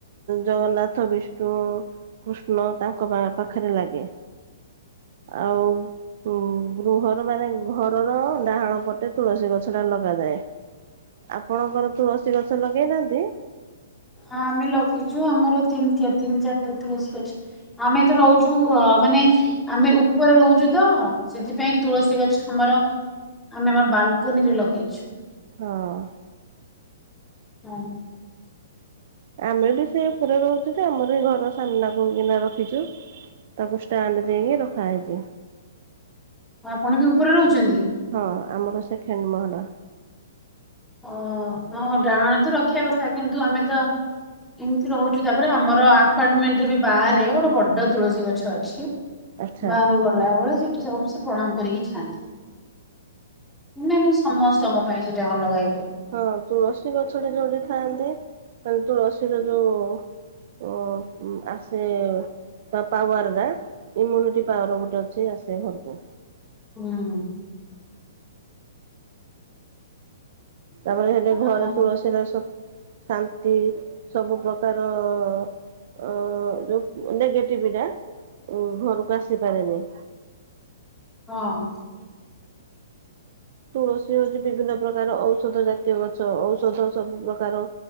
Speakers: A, on the right; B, in the centre.
A: ଜଗନ୍ନାଥ ବିଷ୍ଣୁ କୃଷ୍ଣ ତାଙ୍କ ପା ପାଖରେ ଲାଗେ। ଆଉ ଉଁ ଗୃହର ମାନେ ଘରର ଡାହାଣ ପଟେ ତୁଳସୀ ଗଛ ଟା ଲଗାଯାଏ। ଆପଣଙ୍କର ତୁଳସୀ ଗଛ ଲଗେଇନାହାନ୍ତି।
B: ହଁ ଆମେ ଲଗେଇଛୁ ଆମର ତିନି ଚାରି ତିନି ଚାରିଟା ତୁଳସୀ ଗଛ। ଆମେତ ରହୁଛୁ ମାନେ ଆମେ ଉପରେ ରହୁଛୁ ତ ସେଥିପାଇଁ ତୁଳସୀ ଗଛ ଆମର ଆମେ ଆମର ବାଲୁକୁନିରେ ଲଗଇଛୁ।
A: ହଁ।
B: ହଁ।
A: ଆମେ ବି ସେଇ ଉପରେ ରହୁଛୁ ତ ଆମର ବି ଘର ସାମ୍ନାକୁକିନା ରଖିଚୁ। ତାକୁ ଷ୍ଟାଣ୍ଡ ଦେଇକି ରଖାହେଇଚି।
B: ଆପଣ ବି ଉପରେ ରହୁଛନ୍ତି?
A: ହଁ ଆମର ସେଖେଣ୍ଡ ମହଲା।
B: ଓହୋ ଡାହାଣ ତ ରଖିବା କଥା କିନ୍ତୁ ଆମେତ ଏମିତି ରହୁଛୁ ତାପରେ ଆମର ଆପାର୍ଟମେଣ୍ଟ ରେ ବି ବାହାରେ ଗୋଟେ ବଡ଼ ତୁଳସୀ ଗଛ ଅଛି।
A: ଆଚ୍ଛା।
B: ବାହାରକୁ ଗଲାବେଳି ସେଠି ସମସ୍ତେ ପ୍ରଣାମ କରିକି ଯାଆନ୍ତି। ନାଇଁ ନାଇଁ ସମସ୍ତଙ୍କ ପାଇଁ ସେଇଟା ଅଲଗା ହେଇ
A: ହଁ ତୁଳସୀ ଗଛଟା ଯୋଉଠି ଥାଆନ୍ତି ମାନେ ତୁଳସୀର ଯୋଉ ଅ ଉ ଆସେ ତା ପାୱାରାଟା ଇମ୍ୟୁନିଟି ପାୱାର ଗୋଟେ ଅଛି ଆସେ ଘରକୁ।
B: ହୁଁ।
A: ତାପରେ ହେଟି ଘରେ
B: ଆ
A: ତୁଳସୀରେ ଶାନ୍ତି ସବୁ ପ୍ରକାର ଅ ଯୋଉ ନେଗେଟିଭିଟା ଘରକୁ ଆସିପାରେନି।
B: ହଁ।
A: ତୁଳସୀ ହଉଛି ବିଭିନ୍ନ ପ୍ରକାର ଔଷଧ ଜାତୀୟ ଗଛ ଔଷଧ ସବୁ ପ୍ରକାର